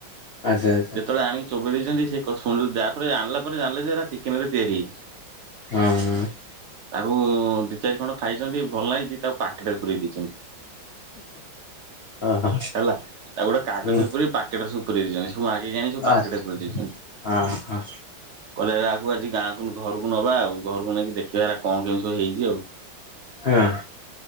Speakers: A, on the left; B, on the right.
A: ଆଚ୍ଛା ଆଚ୍ଛା।
B: ଯେତେବେଳେ ଆଣିକି ଚୋବେଇ ଦେଇଛନ୍ତି ସେ କ ଶୁଣିଲେ ତାପରେ ଆଣିଲା ପରେ ଜାଣିଲେ ଯେ ଏଇଟା ଚିକେନ ରେ ତିଆରି ହେଇଛି।
A: ହୁଁ ହୁଁ।
B: ତାକୁ-ଉ-ଉ ଦି ଚାରି ଖଣ୍ଡ ଖାଇଛନ୍ତି ଭଲ ଲାଗିଛି ତାକୁ ପାକେଟରେ ପୁରେଇ ଦେଇଛନ୍ତି।
A: ଓହୋ
B: ହେଲା ତାକୁ ଗୋଟେ କାଗଜରେ
A: ହୁଁ
B: ପୁରେଇକି ପାକେଟରେ ସବୁ ପୁରେଇ ଦେଇଛନ୍ତି। ସବୁ ମାଗିକି ଆଣି ସବୁ ପାକେଟେ
A: ଆଚ୍ଛା
B: ପୁରେଇ ଦେଇଛନ୍ତି
A: ହଁ ହଁ
B: କଲେଜ ଆଗକୁ ଆଜି ଗାଁ ଘରକୁ ନବା ଆଉ ଘରକୁ ନେଇକି ଦେଖିବା କଣ କେମତି ସବୁ ହେଇଛି ଆଉ।
A: ହଁ